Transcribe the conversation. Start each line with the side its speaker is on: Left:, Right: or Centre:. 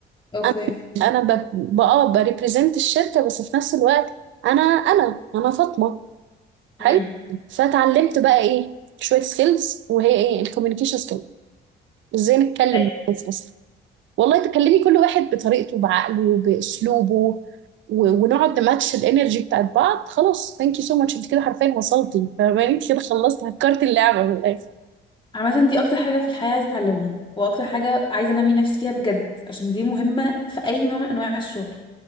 Left: اوكي
Right: انا انا ب... ب- اه بريبريزنت الشركه بس في نفس الوقت انا انا انا فاطمه حلو
Left: امم
Right: فتعلمت بقى ايه شويه سكيلز وهي ايه الكوميونيكيشن سكيلز ازاي نتكلم
Left: طيب.
Right: مع الناس اصلا والله تكلمي كل واحد بطريقته بعقله باسلوبه و... ونقعد نماتش الانرجي بتاعت بعض خلاص ثانك يو سو ماتش انت كده حرفيا وصلتي فاهماني انت كده خلصتي هكرت اللعبه من الاخر
Left: عامه دي اكتر حاجه في الحياه عايزه اتعلمها واكتر حاجه عايزه انمي نفسي فيها بجد عشان دي مهمه في اي نوع من انواع الشغل